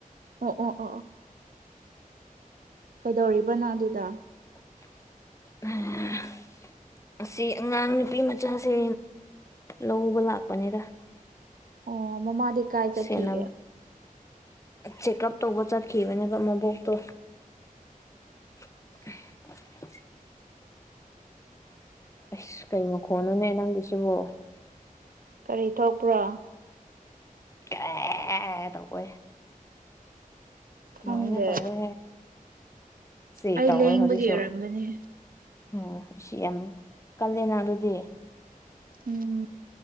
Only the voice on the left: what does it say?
<unintelligible> ꯑꯁꯤ ꯑꯉꯥꯡ ꯅꯨꯄꯤ ꯃꯆꯥꯁꯦ ꯂꯧꯕ ꯂꯥꯛꯄꯅꯤꯗ <inaudible>
ꯁꯦꯟꯅꯕ ꯆꯦꯛꯑꯞ ꯇꯧꯕ ꯆꯠꯈꯤꯕꯅꯦꯕ ꯃꯕꯣꯛꯇꯣ <unintelligible> ꯑꯁ ꯀꯩ ꯃꯈꯣꯟꯅꯣꯅꯦ ꯅꯪꯒꯤ ꯁꯤꯕꯨ
<unintelligible> ꯇꯧꯕꯩ ꯑꯗꯨꯃꯥꯏꯅ
ꯇꯧꯋꯦ ꯁꯤ
ꯇꯧꯋꯦ
ꯍꯧꯖꯤꯛꯁꯨ
ꯎꯝ ꯁꯤ ꯌꯥꯝ ꯀꯜꯂꯦꯅ ꯑꯗꯨꯗꯤ